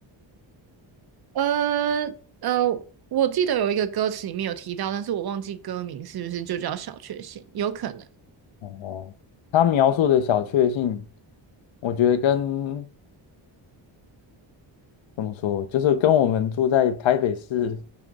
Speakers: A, on the right; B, on the left.
A: 呃呃，我记得有一个歌词里面有提到，但是我忘记歌名是不是就叫小确幸，有可能
B: 哦，他描述的小确幸，我觉得跟怎么说，就是跟我们住在台北市